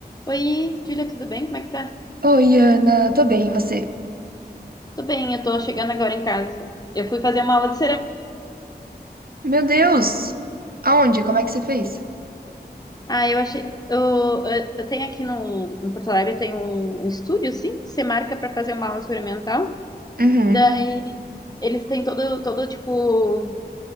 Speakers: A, on the left (about 25°); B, on the right (about 60°).
A: Oi, Julia, tudo bem? Como é que tá?
B: Oi, Ana, tô bem, e você?
A: Tô bem, eu tô chegando agora em casa. Eu fui fazer uma aula de cerâmica.
B: Meu Deus! Aonde? Como é que você fez?
A: Ah, eu achei. Eu, eu, eu tenho aqui no, em Porto Alegre, tem um, um estúdio, assim, que você marca pra fazer uma aula experimental.
B: Uhum,
A: Daí eles têm todo, todo tipo.